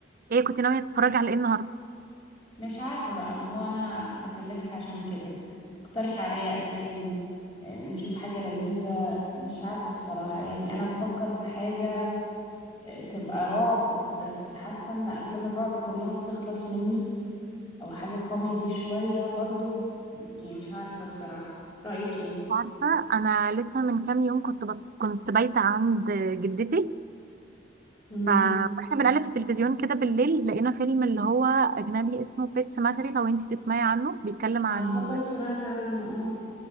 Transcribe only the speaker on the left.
مش عارفة بقى ما هو أنا بكلمك عشان كده اقترحي عليا أفلام آه، نشوف حاجة لذيذة مش عارفة الصراحة يعني أنا بفكر في حاجة آه، تبقى رعب بس حاسة إن أفلام الرعب كلها بتخلص مني أو حاجة كوميدي شوية برضو يعني مش عارفة الصراحة رأيك إيه؟
مهم.
أعتقد سمعت عنه اه